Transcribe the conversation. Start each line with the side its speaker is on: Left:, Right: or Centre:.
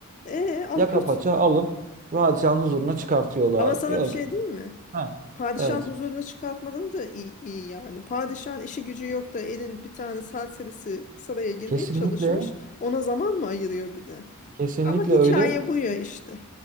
Left: E alıp
Right: Yaka
Left: götür.
Right: paça alıp padişahın huzuruna çıkartıyorlar.
Left: Ama sana
Right: Diyor
Left: bir şey
Right: ki
Left: değil mi?
Right: ha.
Left: Padişahın
Right: Evet.
Left: huzuruna çıkartmaları da iyi, iyi yani. Padişahın işi gücü yok da elin bir tane serserisi saraya girmeye
Right: Kesinlikle
Left: çalışmış. Ona zaman mı ayırıyor bir de?
Right: kesinlikle
Left: Ama hikaye
Right: öyle.
Left: bu ya işte.